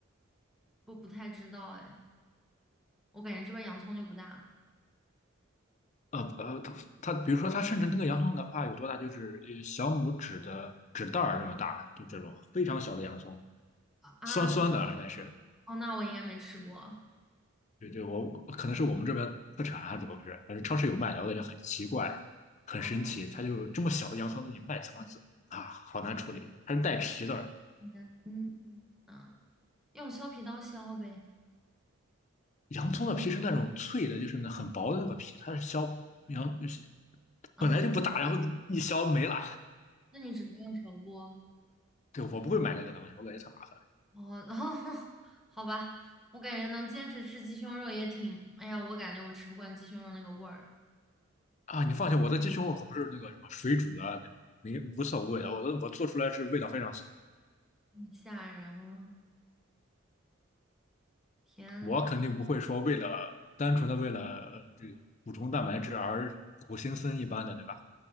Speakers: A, in the centre; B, on the left (about 35°).
A: 不不太知道哎，我感觉这边洋葱就不大
B: 呃呃，它它比如说它甚至那个洋葱的话有多大，就是呃小拇指的指袋儿这么大，就这种非常小的洋葱，
A: 啊，
B: 酸酸的啊，但是
A: 哦，那我应该没吃过。
B: 对对，我可能是我们这边特产还是怎么回事？反正超市有卖的，我感觉很奇怪，很神奇。
A: 哦，
B: 它就这么小的洋葱，你卖怎么子啊？好难处理，它是带皮的。
A: 嗯嗯啊，用削皮刀削呗。
B: 洋葱的皮是那种脆的，就是那很薄的那个皮，它是削洋
A: 啊，
B: 本来就不大，然后一削没了。
A: 那你只能用手剥。
B: 对，我不会买那个东西，我感觉太麻烦
A: 哦，<laughs> 好吧，我感觉能坚持吃鸡胸肉也挺，哎呀，我感觉我吃不惯鸡胸肉那个味儿，
B: 啊！你放心，我的鸡胸肉可不是那个什么水煮的那种，没无色无味的，我的我做出来是味道非常香。
A: 嗯吓人了，天。
B: 我肯定不会说为了单纯的为了呃这个补充蛋白质而苦行僧一般的，对吧？